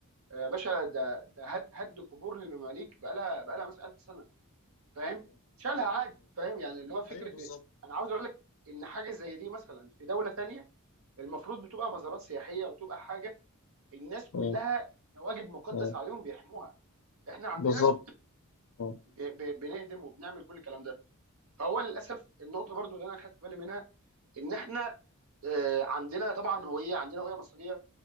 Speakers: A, on the right; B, on the left.
A: آه، يا باشا ده ده هد هد قبور للمماليك بقى لها بقى لها مثلا 1000 سنه فاهم شالها عادي فاهم يعني اللي هو فكره
B: بالظبط
A: إيه؟ انا عاوز اقول لك ان حاجه زي دي مثلا في دوله تانية المفروض بتبقى مزارات سياحيه وتبقى حاجه الناس كلها
B: بالظبط
A: كواجب مقدس
B: ايوه
A: عليهم بيحموها احنا عندنا
B: بالظبط اه
A: ب- ب- بنهدم وبنعمل كل الكلام ده فهو للاسف النقطه برضو اللي انا خدت بالي منها ان احنا آه، عندنا طبعا هويه عندنا هويه مصريه